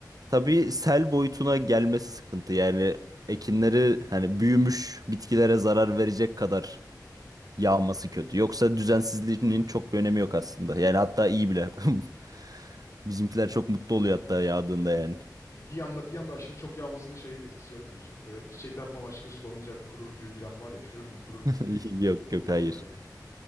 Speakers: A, on the right (about 60°); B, on the left (about 45°).
A: tabii sel boyutuna gelmesi sıkıntı. Yani ekinleri hani büyümüş bitkilere zarar verecek kadar yağması kötü. Yoksa düzensizliğinin çok bir önemi yok aslında. Yani hatta iyi bile. <laughs> Bizimkiler çok mutlu oluyor hatta yağdığında yani.
B: bir anda bir anda aşırı çok yağmasının şey etkisi yok diyorsun. Böyle çiçekler falan aşırı sulanınca kurur gibi bir laf var ya çürür mü kurur mu?
A: <laughs> Yok yok
B: Yok
A: hayır.
B: mu öyle bir şey?